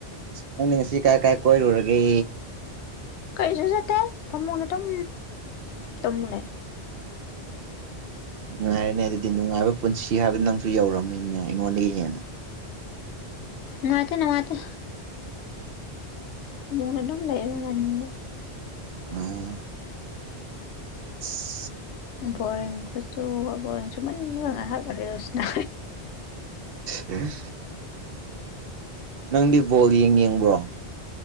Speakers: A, on the right; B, on the left.
A: ꯅꯪꯅꯤ ꯉꯁꯤ ꯀꯥꯏ ꯀꯥꯏ ꯀꯣꯏꯔꯨꯔꯒꯦ
B: ꯀꯩꯁꯨ ꯆꯠꯇꯦ ꯐꯝꯃꯨꯅꯦ ꯑꯗꯨꯝ ꯇꯝꯃꯨꯅꯦ
A: ꯅꯨꯡꯉꯥꯏꯔꯅꯦ ꯑꯗꯨꯗꯤ ꯅꯨꯡꯉꯥꯏꯕ ꯄꯨꯟꯁꯤ ꯍꯥꯏꯕ ꯅꯪꯁꯨ ꯌꯧꯔꯝꯃꯤꯅꯦ ꯑꯩꯉꯣꯟꯗꯒꯤ ꯍꯦꯟꯅ
B: ꯃꯥꯇꯅꯅꯨꯡ ꯃꯥꯇ ꯃꯣꯏꯅꯗꯝꯝ ꯂꯩꯏꯕ ꯃꯅꯤ
A: ꯎꯝ <unintelligible>
B: ꯕꯣꯔꯔꯤꯡ ꯀꯁꯨ ꯕꯣꯔꯡꯁꯨꯅ ꯃꯅ ꯍꯥꯏꯜꯔꯦ ꯔꯁꯅ
A: ꯎꯝ ꯅꯪꯗꯤ ꯕꯣꯜ ꯌꯦꯡ ꯌꯦꯡꯕ꯭ꯔꯣ